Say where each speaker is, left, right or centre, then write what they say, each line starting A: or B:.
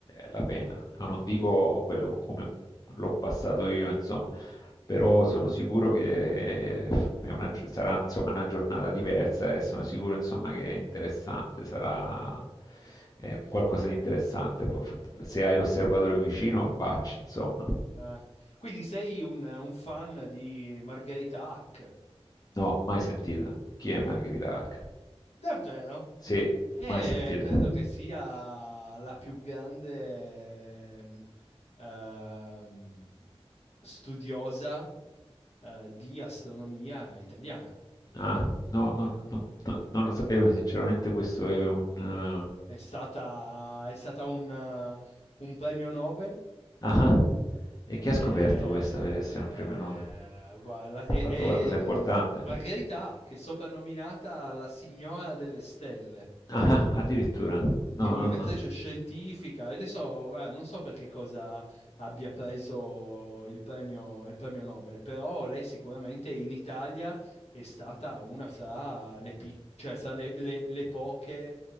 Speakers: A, on the left (about 35°); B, on the left (about 75°).
A: la pena. Ah, Non dico quello co- come l'ho passato io, insomma, però sono sicuro che eh, è una gio- sarà insomma, una giornata diversa e sono sicuro insomma, che è interessante, sarà eh, qualcosa di interessante. Poi, f- Se hai l'osservatore vicino, vacci, insomma.
B: Eh, quindi sei un, un fan di Margherita Hack?
A: No, mai sentita. Chi è Margherita Hack?
B: Davvero?
A: Sì,
B: E
A: mai sentita.
B: credo che sia la più grande ehm, ehm, studiosa eh, di astronomia italiana.
A: Ah, no, non, non- non- non lo sapevo, sinceramente questo è un... eh,
B: È stata, è stata un, eh, un premio Nobel
A: Ah, e chi ha
B: e,
A: scoperto questa per essere un premio Nobel? Ha
B: guarda, e-
A: fatto qualcosa
B: e, mm,
A: importante?
B: Margherita Hack è soprannominata la signora delle stelle
A: Ah, addirittura. No,
B: divulgatrice
A: no, no.
B: scientifica. e Adesso guarda, non so per che cosa abbia preso il premio, il premio Nobel, però lei sicuramente in Italia è stata una fra le, pic- cioè fra le, le- le poche